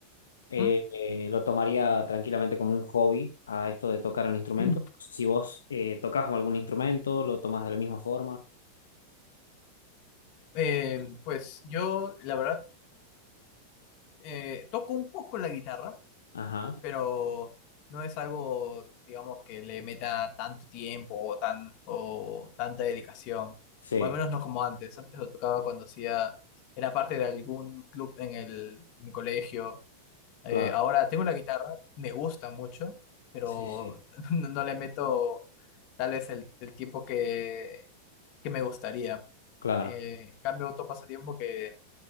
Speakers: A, on the left (about 70°); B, on the left (about 45°).
A: eh,
B: mm,
A: eh, lo tomaría tranquilamente como un hobby a esto de tocar un instrumento.
B: mm.
A: Si vos eh, tocas algún instrumento, lo tomás de la misma forma.
B: Eh, pues yo, la verdad, eh, toco un poco la guitarra,
A: Ajá.
B: pero no es algo, digamos, que le meta tanto tiempo o, tan, o tanta dedicación,
A: Sí,
B: o al menos no como antes. Antes lo tocaba cuando hacía, era parte de algún club en el, mi colegio. Eh,
A: claro.
B: ahora tengo la guitarra, me gusta mucho, pero
A: Sí, sí,
B: <laughs> no, no le meto tal vez el, el tiempo que, que me gustaría.
A: claro,
B: Eh, en cambio, otro pasatiempo que